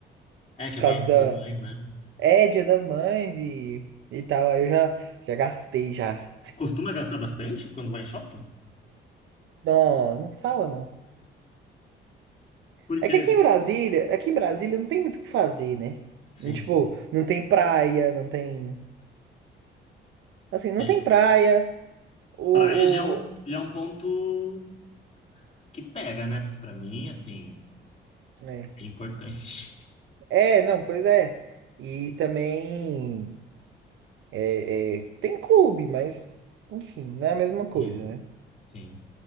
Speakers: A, on the left; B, on the right.
A: É
B: Por
A: que amanhã
B: causa
A: é dia
B: da,
A: das mães, né?
B: é Dia das Mães e, e tal. Aí eu já, já gastei já.
A: Costuma gastar bastante quando vai em shopping?
B: Não, não fala não.
A: Porque,
B: É que aqui em Brasília, aqui em Brasília não tem muito o que fazer, né?
A: sim.
B: Tipo, não tem praia, não tem, assim, não
A: É.
B: tem praia. O,
A: Praia já é um, já é um ponto que pega, né? Porque pra mim, assim,
B: o, é.
A: é importante. <laughs>
B: É, não, pois é. E também é, é, tem clube, mas enfim, não é a mesma coisa,
A: Sim,
B: né?
A: sim.